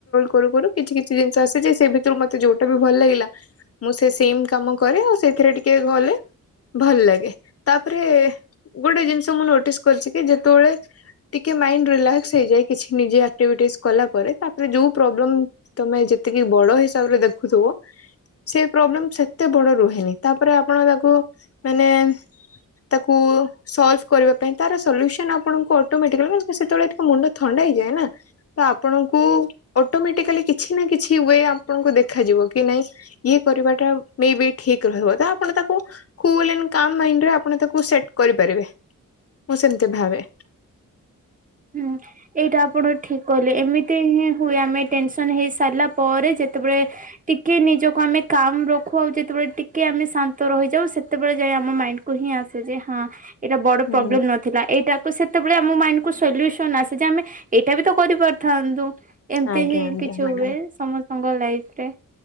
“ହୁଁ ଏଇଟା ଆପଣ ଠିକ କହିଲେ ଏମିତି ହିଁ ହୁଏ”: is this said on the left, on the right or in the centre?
Right